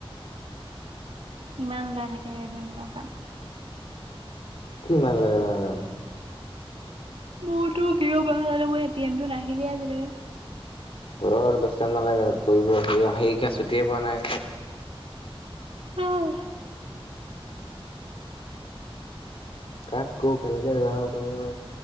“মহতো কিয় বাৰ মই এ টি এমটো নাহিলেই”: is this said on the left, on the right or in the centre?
Right